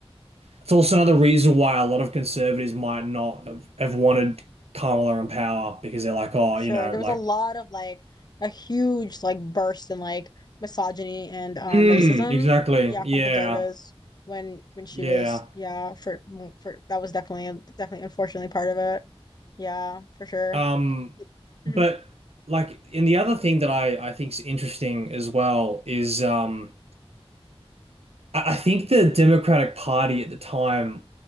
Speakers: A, on the right; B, on the left.
A: it's also another reason why a lot of conservatives might not have, have wanted Kamala in power because they're like, oh,
B: for sure.
A: you know,
B: There was
A: like,
B: a lot of like a huge like burst in like misogyny and um
A: mm,
B: racism.
A: exactly,
B: Yeah,
A: yeah,
B: from conservatives when when she
A: yeah.
B: was yeah for for that was definitely definitely unfortunately part of it. Yeah, for sure.
A: Um,
B: hmm
A: but like, and the other thing that I I think is interesting as well is um. I I think the Democratic Party at the time,